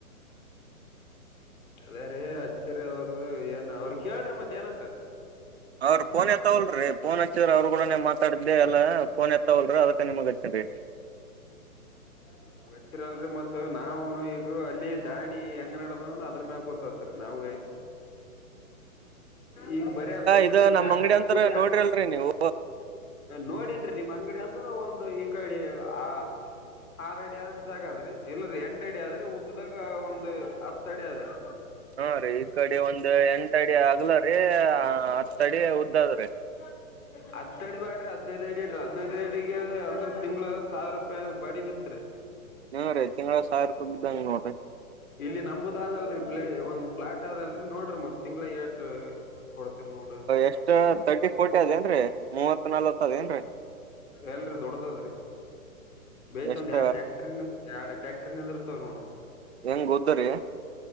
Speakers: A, on the left; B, on the right.
A: <unintelligible> ಅದೇ ರೀ ಅಚ್ಚರಿ ಅವ್ರು ಏನ್ ಅವ್ರ ಕೇಳ್ರಿ ಮತ್ ಏನಂತಾರ ರಿ.
B: ಅವ್ರ ಫೋನ್ ಎತ್ತವಲ್ರಿ ಫೋನ್ ಹಚ್ಚಿದ್ರ ಅವ್ರು ಕಡ ನೀನ್ ಮಾತಾಡಿದ್ದೆ ಎಲ್ಲ ಫೋನ್ ಎತ್ತವಲ್ರಿ ಅದಕ ನಿಮಗ್ ಹಚ್ಚಿದೇರಿ.
A: <unintelligible> ವಚ್ಚಿರಲ್ರಿ ಮತ್ ನಾವುನು ಈಗ ಅಲ್ಲಿ ದಾಣಿ ಹೆಂಗ್ ನಡದ ಅದ್ರ ಮ್ಯಾಗ ಗೊತ್ತತ್ರಿ ನಾವೂ. ಈಗ ಬರ
B: ಇದ
A: ನಿಮ್
B: ನಮ್
A: ಜಾಗ
B: ಅಂಗಡಿ
A: ಇಲ್ಲಿ
B: ಅಂತರ
A: ಇಲ್ಲಿ
B: ನೋಡ್ರಿಲ್ರರಿ
A: ಅಂಗಡಿ.
B: ನೀವು
A: ನೋಡನ್ರಿ ನಿಮ್ ಅಂಗಡಿ ಅಂದ್ರ ಒಂದು ಈ ಕಡೆ ಆ. ಆರ ಅಡಿ ಅನ್ ಸಾಕ್ ಆದ್ರಿ ಎಲ್ಲ ಎಂಟ ಅಡಿ ಆದ್ರಿ ಉದ್ದಾಗ ಒಂದು ಹತ್ತ ಅಡಿ ಆದ್ರಿ.
B: ಹಾ ರೀ ಈ ಕಡೆ ಒಂದು ಎಂಟ ಅಡಿ ಆಗ್ಲ ರೀ ಹತ್ತ ಅಡಿ ಉದ.
A: ಹ್ಮ್.
B: <inaudible>
A: ಹತ್ ಅಡಿ ಬಾಡ್ರಿ ಹದ್ನೈದ್ ಅಡಿ ಇಡ್ರಿ ಹದ್ನೈದ್ ಅಡಿಗೆ ಅಂದ್ರ ತಿಂಗ್ಳ ಸಾವಿರ ರೂಪಾಯಿ ಬಾಡಿ ಬಿತ್ರಿ.
B: ಹ್ಮ್ ರೀ ತಿಂಗಳ ಸಾವಿರ ರೂಪಾಯಿ ಬಿದ್ದಂಗ ನೋಡ್ರಿ.
A: ಇಲ್ಲಿ ನಂಬುದ ಅ ಆದಲ್ರರಿ ಬ್ ಒಂದ್ ಫ್ಲಾಟ್ ಆದದಲ್ರರಿ ನೋಡ್ರಿ ಮತ್ ತಿಂಗಳ ಎಏಟ ಕೊಡ್ತಿರನೋಡು.
B: ಎಷ್ಟ್ ತರ್ಟಿ ಫೋರ್ಟಿ ಅದೇನ್ರಿ ಮೂವತ್ ನಲ್ತ್ ಅದೇನ್ರಿ.
A: ಎಲ್ರಿ ದೊಡ್ಡದದ್ರಿ. ಬೇಸಾ
B: ಎಷ್ಟ
A: ಒಂದ ಎರ ಟ್ಯಾಟ್ರರಿ ಎರಡ್ ಟ್ಯಾಕ್ಟ್ರ ನಿಂದಿರ್ತಾ ಅವ ನೋಡ್ರಿ
B: ಹೆಂಗ್ ಓದರಿ